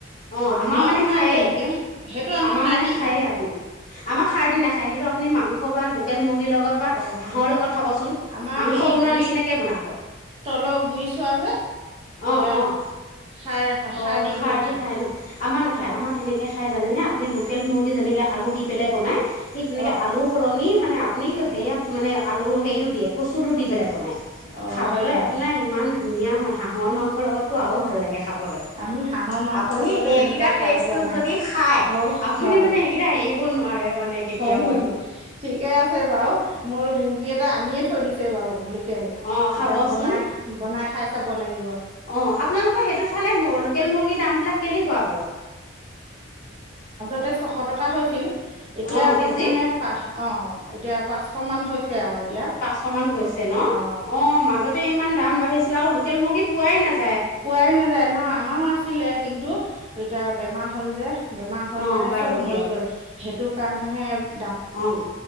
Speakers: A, on the left; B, on the right.
A: অ আমাৰ
B: নিয়ম
A: মানে
B: নাই
A: খায়েই
B: তেনেকে সেইটো
A: আমাৰ
B: সাৰ
A: মানে
B: দি
A: খায় আপাৰ আমাৰ খাৰ দিনা খায় সেইটো আ আপুনি মাংস বা লোকেল মু লগত বা
B: অ
A: হাঁহৰ লগত খাবচোন,
B: আমাৰ
A: মাংস
B: হেৰি
A: বনোৱা
B: গুৰি
A: নিচিনাকে বনাব,
B: তলৰ গুৰি চোৱা যে
A: অ',
B: সেয়া
A: অ',
B: সাৰ সাৰ
A: অ', খাৰ
B: পেলাই
A: দি খায় ন'? আমাৰ নাখায়,
B: হয়
A: আমাৰ কেনেকে খাই জানে নে আপুনি লোকেল মুৰ্গী যেনেকে আলু দি পেলে বনায় ঠিক তেনেকা
B: অ
A: সলনি মানে আপুনি সেয়া মানে আলু হেৰিটো দিয়ে কচুটো দি পেলাই বনায়।
B: অ
A: খাবলৈ
B: হয় নেকি
A: আপোনাৰ ইমান ধুনীয়া হয় হাঁহৰ মাংসৰ লগতো আৰু ভাল লাগে। এয়া খাবলৈ,
B: আমি হাঁহৰ মাংসৰ
A: আপুনি
B: লগতো সেনেকুৱা
A: এইকিটা
B: খাই
A: টেষ্টটো
B: পোৱা নাই
A: যদি খায়,
B: অ
A: আপুনি
B: হয়
A: মানে এইকিটা এৰিব নোৱা মানে কেতিয়াও
B: হয় নেকি
A: আৰু
B: ঠিকে আছে বাও, মই মুৰ্গী এটা আনিয়ে থৈ দিছ সেৱাও তেল
A: অ', খাবচোন
B: এতিয়া বনাই বনাই খাই
A: অ',
B: চাব লাগিব
A: আপোনালোকৰ সেইটো চালে লোকেল মুৰ্গী দামবিলাক কেনেকুৱা বাৰু?
B: তাতে ছশ টকা হৈছিল। এতিয়া
A: অ',
B: অলপ
A: কেজি
B: মানে পাহ অ'। এতিয়া পাঁচশ মান হৈছে আৰু। এতিয়া
A: পাঁচশ মান হৈছে ন'
B: অঁ
A: অ', মাজতে ইমান দাম বাঢ়িছ লোকেল মুৰ্গী পোৱাই নায
B: পোৱাই নাযায়, নহয় আমাৰো আছিলে কিন্তু এতিয়া বেমাৰ হ'ল যে। বেমাৰ হৈ
A: অ',
B: মানে
A: বাৰু
B: চব মৰি
A: দিয়ক
B: গ'ল, সেইটো কাৰাণেহে
A: অ',